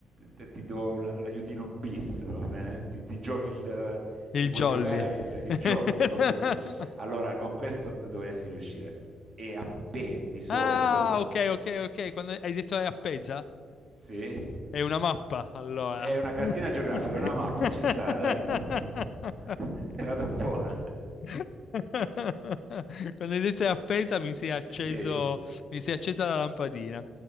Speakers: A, on the right; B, on the left.
A: eh, ti do l- l'aiutino bis, va bene? Ti, ti giochi il,
B: il
A: ti puoi
B: Jolly.
A: giocare il, il
B: <laughs>
A: jolly, ok. Allora, con questo d- dovresti riuscire. E a P di solito,
B: Ah, ok, ok, ok. Quando hai detto è appesa?
A: sì,
B: È una mappa, allora.
A: è una cartina
B: <laughs>
A: geografica, una mappa, ci sta, dai. <laughs> Te la do buona.
B: <laughs> Quando hai detto è appesa mi si è acceso,
A: Eh, Sì.
B: mi si
A: Eh,
B: è accesa la lampadina.